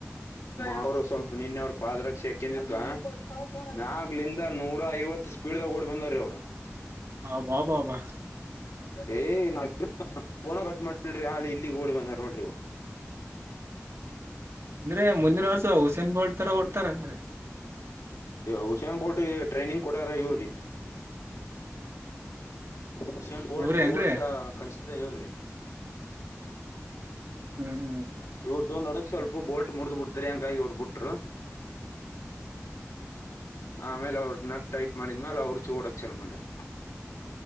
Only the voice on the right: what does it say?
ಅಬಾ ಬಾಬಾ
ಅಂದ್ರೆ ಮುಂದಿನ ವರ್ಷ ಹುಸೇನ್ ಬೋಲ್ಟ್ ತರ ಹೋಡ್ ತರ ಅಂದ್ರೆ
ಅವ್ರೇನ್ರಿ
ಹ್ಮ ಹ್ಮ